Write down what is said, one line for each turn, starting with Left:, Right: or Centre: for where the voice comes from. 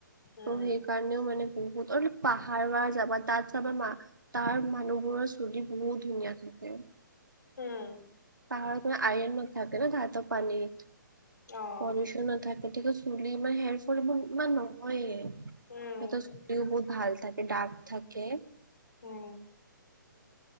Left: উম,
Right: ত' সেইকাৰণেও মানে বহুত অলপ পাহাৰ যাবা তাত চাবা মা তাৰ মানুহবোৰৰ চুলি বহুত ধুনীয়া থাকে।
Left: উম।
Right: পাহাৰতে আইৰন নাথাকে ন তাহঁতৰ পানীত
Left: অ',
Right: পল্লিউচন নাথাকে। গতিকে চুলি ইমান হেৰ ফল ইমান নহয়ে সিহঁতৰ
Left: উম,
Right: ও বহুত ভাল থাকে ডাৰ্ক থাকে
Left: উম।